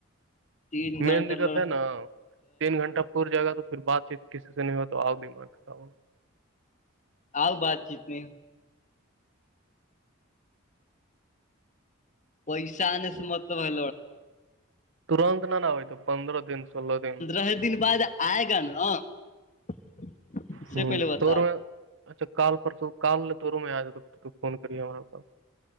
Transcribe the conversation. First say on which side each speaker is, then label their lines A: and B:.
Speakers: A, on the left; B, on the right.
A: تین گھنٹہ
B: مین دقت
A: ل
B: ہے نا تین گھنٹہ ر جائے گا تو پھر بات چیت کسی سے نہیں ہو تو آپ دماغ خراب ہوگا
A: آؤ بات چیت میں پیسا آنے سے مطلب ہے
B: ترنت نہ نہا ہوئے تو پندرہ دن سولہ دن
A: د دن بعد <unintelligible> آئے گا نا <unintelligible>
B: ہ
A: سے پہلے بتاؤ
B: توور میں اچھا کال پرسوں کال تووروں میں آ جاتا فون کریے ہمارے پاس